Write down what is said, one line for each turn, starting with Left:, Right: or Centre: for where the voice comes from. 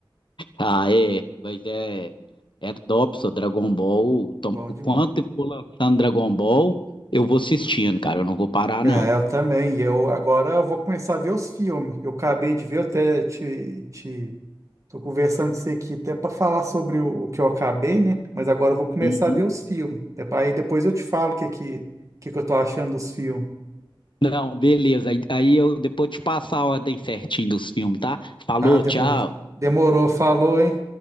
Left: Ah, é, mas é, é top, só Dragon Ball. Tom-
Right: Bom
Left: O
Right: demais.
Left: quanto eu for lançando Dragon Ball, eu vou assistindo, cara, eu não vou parar,
Right: É,
Left: não.
Right: eu também. E eu agora eu vou começar a ver os filmes. Eu acabei de ver, eu até te, te tô conversando com você aqui até para falar sobre o, o que eu acabei, né? Mas agora eu vou começar
Left: Uhum.
Right: a ver os filmes. É para aí depois eu te falo o que que, que que eu tô achando dos filmes.
Left: Não, beleza, aí, aí eu depois te passo a ordem certinho dos filmes, tá? Falou,
Right: Ah, demorou.
Left: tchau.
Right: Demorou, falou, hein?